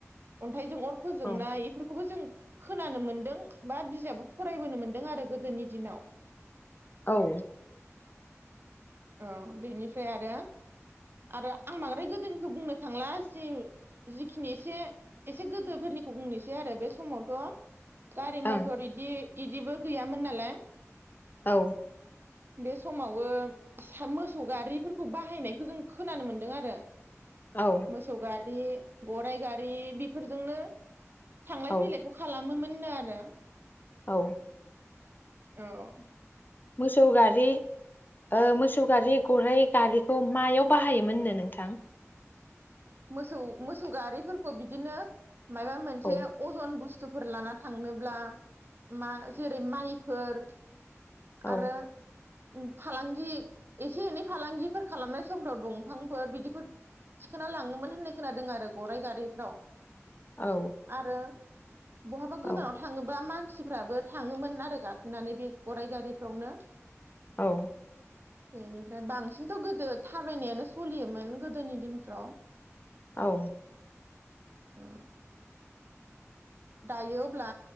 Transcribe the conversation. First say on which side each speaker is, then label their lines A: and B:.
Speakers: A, on the right (about 45°); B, on the left (about 35°).
A: हाथायजों अर फोजोंनाय
B: औ
A: बेफोरखौबो जों खोनानो मोनदों बा बिजाबो फरायबोनो मोनदों आरो गोदोनि दिनाव
B: औ
A: औ बेनिफ्राय आरो आरो आं बांद्राय गोदोनि बुंनो थांला जि जिखिनि एसे एसे गोदोफोरनिखौ बुंनोसै आरो बे समावथ' गारि
B: ओं
A: मथर इदि इदिबो गैयामोन नालाय
B: औ
A: बे समावो मोसौ गारि फोरखौ बाहायनायखौ जों खोनानो मोनदों आर <unintelligible>
B: औ
A: मोसौ गार रि गराइ गारि बेफोरजोंनो थांलाय
B: औ
A: फैलायखौ खालाम ङो मोननो आरो
B: औ
A: औ
B: मोसौ गारि ओ मोसौ गारि गराइ गारिखौ मायाव बाहायोमोन नो नोंथां
A: मोसौ मोसौ गारिफोरखौ बिदिनो मायबा मोनसे
B: औ
A: अजन बुस्त बुस्थुफोर लाना थांनोब्ला मा जेरै माइफोर
B: औ
A: आरो उम फालांगि एसे एनै फालांगिफोर खालामनाय समफ्राव दंफांफोर बिदिखौ थिखोना लाङोमोन होननाय खोनादों आरो गराइ गारिफ्राव
B: औ
A: आरो बहाबा गोजानाव
B: औ
A: थाङोबा मानसि मानसिफ्राबो थाङोमोन आरो गाखोनानै बे गराइ गारिफ्रावनो
B: औ
A: बेनिफ्राय बांसिनथ' गोदो थाबायनायानो सोलियोमोन गोदोनि दिनफ्राव
B: औ
A: उम दायो अब्ला